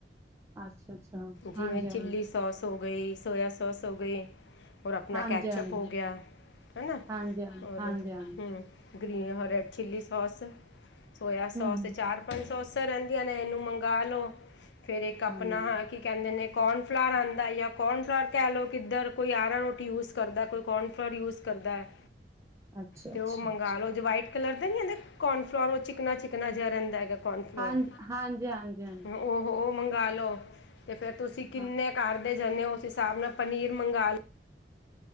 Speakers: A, on the right; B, on the left.
A: ਅੱਛਾ-ਅੱਛਾ।
B: ਜਿਵੇਂ
A: ਹਾਂਜੀ-ਹਾਂਜੀ,
B: ਚਿੱਲੀ ਸੌਸ ਹੋ ਗਈ ਸੋਇਆ ਸੌਸ ਹੋ ਗਈ। ਔਰ ਆਪਣਾ
A: ਹਾਂਜੀ-ਹਾਂਜੀ,
B: ਕੈਚਅਪ ਹੋ ਗਿਆ ਹੈ ਨਾ
A: ਹਾਂਜੀ-ਹਾਂਜੀ,
B: ਔਰ
A: ਹਾਂਜੀ-ਹਾਂਜੀ।
B: ਹਮ green red chilli sauce soya
A: ਹੂੰ-ਹੂੰ,
B: sauce ਚਾਰ ਪੰਜ ਸੌਸਾਂ ਰਹਿੰਦੀਆਂ ਨੇ ਇਹਨੂੰ ਮੰਗ ਲੋ ਫੇਰ ਇੱਕ ਆਪਣਾ
A: ਹਾਂਜੀ
B: ਕਿ ਕਹਿੰਦੇ ਨੇ ਕੋਨਫਲਰ ਆਉਂਦਾ ਜਾਂ ਕੋਨਫਲਰ ਕਹਿ ਲਓ ਕਿੱਧਰ ਕੋਈ ਅਰਾਰੋਟ ਯੂਜ ਕਰਦਾ ਕੋਈ ਕੋਨਫਲੋਰ ਯੂਜ ਕਰਦਾ ਹੈ।
A: <inaudible> ਅੱਛਾ-ਅੱਛਾ
B: ਤੇ ਉਹ ਮੰਗ ਲਓ ਜ ਵਾਈਟ ਕਲਰ ਦੇ ਨੀ ਕਿੰਦੇ ਕੋਨਫਲੋਰ ਉਹ ਚਿਕਨਾ ਚਿਕਨਾ ਜਿਹਾ ਰਹਿੰਦਾ ਹੈਗਾ। ਕੌਰਨਫਲਾਰ
A: ਹਾਂਜੀ ਹਾਂਜੀ ਹਾਂਜੀ ਹਾਂਜੀ।
B: ਉਹ ਉਹ ਮੰਗਵਾ ਲਓ ਤੇ ਫੇਰ ਤੁਸੀਂ ਕਿੰਨੇ
A: ਹਾਂ,
B: ਘਰਦੇ ਜਾਨੇ ਹੋ ਉਸ ਹਿਸਾਬ ਨਾਲ ਪਨੀਰ ਮੰਗਾ ਲਓ।